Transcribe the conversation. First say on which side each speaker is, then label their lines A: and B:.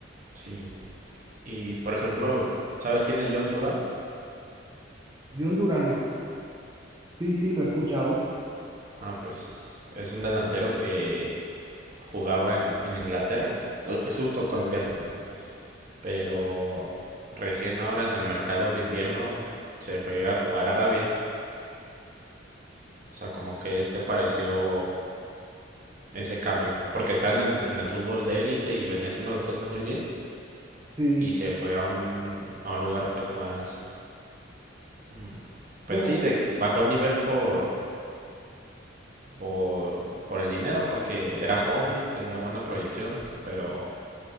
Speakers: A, on the right; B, on the right.
A: sí. Y por ejemplo, ¿sabes quién es John Duran?
B: John Durán, sí, sí, lo he escuchado.
A: Ah, pues es un delantero que jugaba en, en Inglaterra. Es justo colombiano. Pero recién ahora en el mercado de invierno se fue a jugar a Arabia. O sea, como que te pareció ese cambio, porque está en el, en el fútbol de élite y venía haciendo las cosas muy bien
B: Sí,
A: y se fue a un, a un lugar pues más, mm, pues
B: bueno,
A: sí, de,
B: ¿qué,
A: bajó el nivel por, por, por el dinero, porque era joven, tenía buena proyección, pero